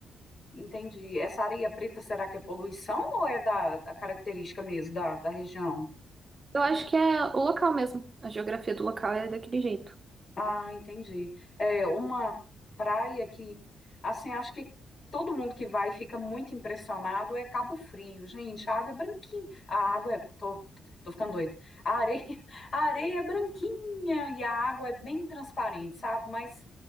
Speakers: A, on the left (about 50°); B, on the right (about 35°).
A: entendi. Essa areia preta, será que é poluição ou é da, da característica mesmo da, da região?
B: Eu acho que é o local mesmo. A geografia do local é daquele jeito.
A: Ah, entendi. É uma praia que, assim, acho que todo mundo que vai fica muito impressionado é Cabo Frio, gente. A água é branquinha. A água é. Tô, tô ficando doida. A areia, <laughs> a areia é branquinha e a água é bem transparente, sabe? Mas